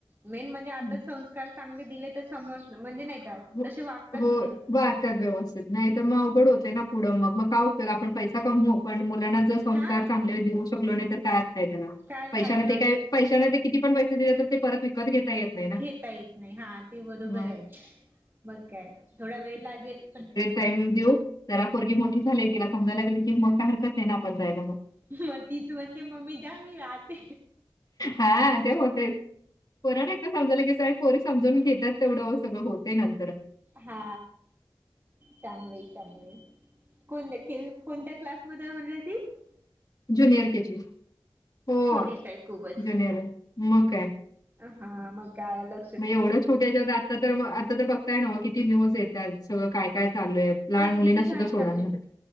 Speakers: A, on the right; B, on the left.
A: मेन म्हणजे आता
B: हं.
A: संस्कार चांगले दिले तर समोर म्हणजे नाही. का
B: हो.
A: तसे वागतात
B: हो.
A: मुलं.
B: <unintelligible> नाही तर मग अवघड होत ना पुढं मग मग काय उपयोग आपण पैसा कमव पण मुलांना जर संस्कार
A: हा
B: चांगले देऊ शकलो नाही तर काय अर्थ आहे त्याला
A: काय
B: पैशाने
A: फायदा
B: ते काय ते किती पैसे दिले ते परत विकत घेता येत. नाही ना
A: घेता येत नाही. हा ते बरोबर
B: मग
A: आहे. मग काय थोडा वेळ लागेल पण
B: टाईम देऊ. जरा पोरगी मोठी झाली तिला समजायला लागले की मग काय हरकत नाही ना आपण जायला मग.
A: मग तीच म्हणतेे मम्मी जा मी राहते.
B: हा ते होतेय. पोरीला समजायला की पोरी समजून घेतात तेवढं सगळं होतेय नंतर
A: हा चांगलं. चांगलं कोणत्या केवी? कोणत्या क्लास? <unintelligible>
B: ज्युनियर के जी हो
A: छोटीच आहे खूपच.
B: जुनियर आहे मग आहे.
A: हा मग कायला.
B: मग एवढं छोट्या ज आता तर आता तर बघताय ना किती न्यूज येत आहेत सगळं काय काय चालू आहे. लहान
A: अ
B: मुलींना
A: किती घाण
B: सुद्धा सोडायलात
A: चाललंय